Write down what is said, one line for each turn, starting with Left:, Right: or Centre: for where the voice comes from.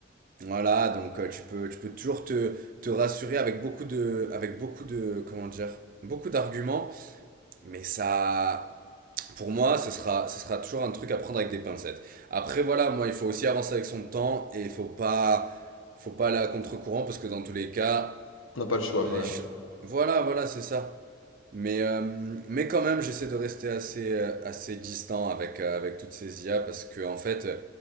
Right: Voilà, donc euh, tu peux, tu peux toujours te, te rassurer avec beaucoup de, avec beaucoup de, comment dire, beaucoup d'arguments, mais ça, pour moi, ce sera, ce sera toujours un truc à prendre avec des pincettes. Après, voilà, moi, il faut aussi avancer avec son temps et il faut pas, faut pas aller à contre-courant parce que dans tous les cas,
Left: On n'a pas le choix,
Right: les,
Left: quoi.
Right: ch-
Left: ouais.
Right: voilà, voilà, c'est ça. Mais, euh, mais quand même, j'essaie de rester assez, euh, assez distant avec, euh, avec toutes ces IA parce que, en fait, euh,